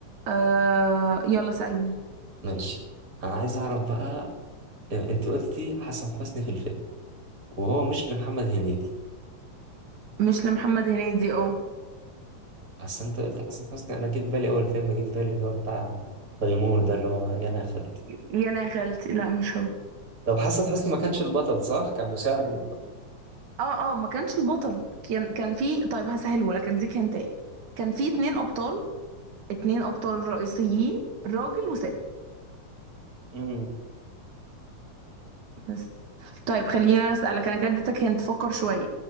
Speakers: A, on the right (about 75°); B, on the right (about 30°).
A: آه يلا سألني
B: ماشي أنا عايز أعرف بقى إيه، أنت قلتي حسن حسني في الفيلم وهو مش لمحمد هنيدي
A: مش لمحمد هنيدي اه
B: أصل أنت قلت حسن حسني أنا جه في بالي أول فيلم جه في بالي اللي هو بتاع تيمور ده اللي هو يا أنا يا خالد
A: يا انا يا خالتي لا مش هو
B: طب حسن حسني ما كانش البطل صح؟ كان مساعد للبطل
A: اه اه ما كانش البطل كان كان في طيب هسهله لك اديك انت كان في اتنين ابطال اتنين ابطال رئيسيين راجل وست
B: امم
A: بس طيب خليني انا اسالك انا كده اديتك هنت فكر شويه